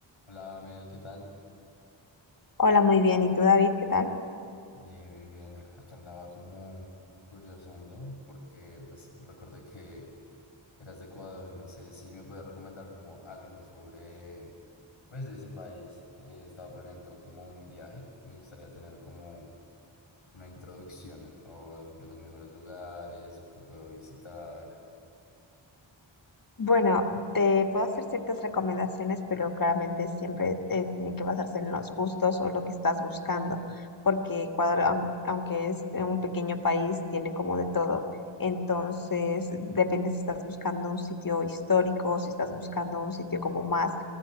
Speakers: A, on the left; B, on the left.
A: Hola, Mel, ¿qué tal?
B: Hola, muy bien. ¿Y tú, David? ¿Qué tal?
A: Bien, bien, bien. Acá andaba como curiosando porque pues recordé que eras de Ecuador y no sé si me puedes recomendar como algo sobre pues de ese país. Eh, estaba planeando como un viaje. Me gustaría tener como una introducción o de los mejores lugares o que puedo visitar.
B: Bueno, te puedo hacer ciertas recomendaciones, pero claramente siempre eh, tiene que basarse en los gustos o lo que estás buscando, porque Ecuador, aun- aunque es eh, un pequeño país, tiene como de todo. Entonces, depende si estás buscando un sitio histórico, si estás buscando un sitio como más